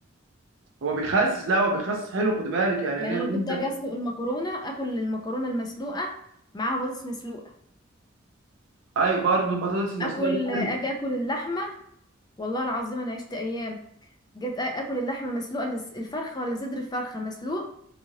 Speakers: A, on the right; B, on the left.
A: هو بيخسس لا هو بيخسس حلو خد بالك يعني
B: يعني
A: ان انت
B: انا كنت اجي اسلق المكرونه اكل المكرونه المسلوقه معاها بطاطس مسلوقه
A: ايوه برضه البطاطس المسلوقه
B: اكل
A: دي حلو
B: اجي اكل اللحمه والله العظيم انا عشت ايام جيت آ- اكل اللحمه مسلوقه الس- الفرخه ولا صدر الفرخه مسلوق